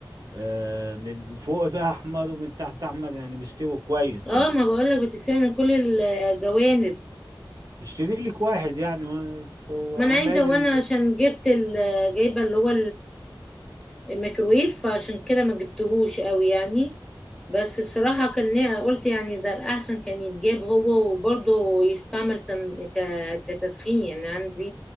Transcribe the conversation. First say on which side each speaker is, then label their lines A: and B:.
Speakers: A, on the right; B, in the centre.
A: آه، من فوق ده احمر ومن تحت احمر يعني مستوي كويس
B: اه
A: يعني
B: ما بقولك بتسهل من كل الجوانب
A: اشتري لك واحد يعني و- وعمال
B: ما انا عايزة
A: ال...
B: وانا عشان جبت ال- جايبة اللي هو ميكروويف فعشان كده ما جبتهوش قوي يعني بس بصراحة كان قلت يعني ده الأحسن كان يتجاب هو وبرضه يستعمل كان ك- كتسخين يعني عندي